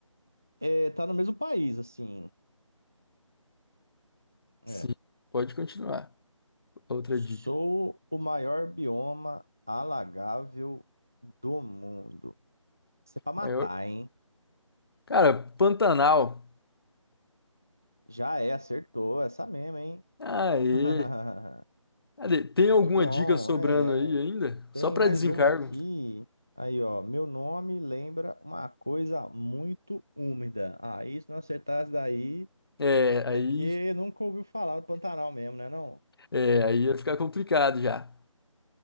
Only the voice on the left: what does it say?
Sim, pode continuar. Outra
dica.
Maior...
Cara, Pantanal.
Aê.
Cadê? Tem
alguma
dica sobrando
aí ainda?
Só para
desencargo.
É, aí,
é, aí ia ficar complicado já.